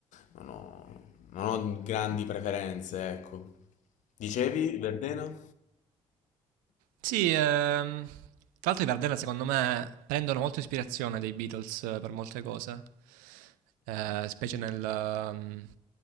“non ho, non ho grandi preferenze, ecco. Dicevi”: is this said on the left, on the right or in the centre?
Left